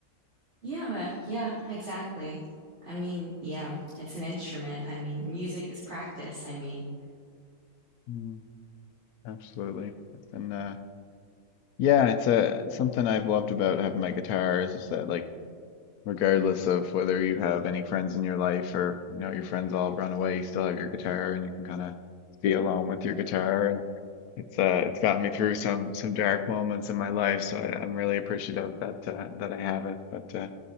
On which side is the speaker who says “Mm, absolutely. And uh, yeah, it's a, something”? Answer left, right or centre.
Left